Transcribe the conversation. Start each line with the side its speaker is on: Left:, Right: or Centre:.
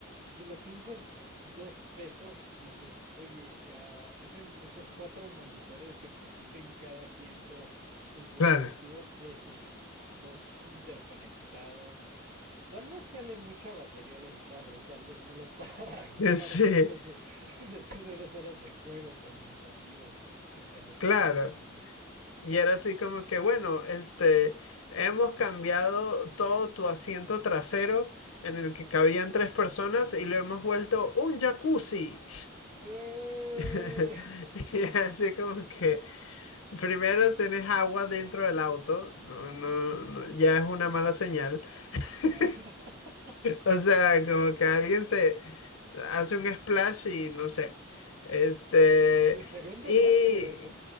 Right: si lo piensas dos pesos, dices, oye, ah, ese- esos cuatro monitores que pusiste en cada asiento con su
Left: Claro.
Right: respectivo PlayStation dos interconectado, tal vez jale mucha batería del carro y tal vez no lo pueda <laughs> arrancar
Left: <laughs> Sí,
Right: después de, <laughs> después de dos horas de juego con mis amigos. O sea, no sé
Left: claro.
Right: si, si me explico.
Left: Y era así como que, bueno, este, hemos cambiado todo tu asiento trasero en el que cabían tres personas y lo hemos vuelto un jacuzzi.
Right: Eh,
Left: <laughs> Y así como que primero tenés agua dentro del auto, no, no, no, ya es una mala señal. <laughs>
Right: <laughs>
Left: O sea, como que alguien se hace un splash y no sé. Este,
Right: Sería un desastre,
Left: y
Right: o sea,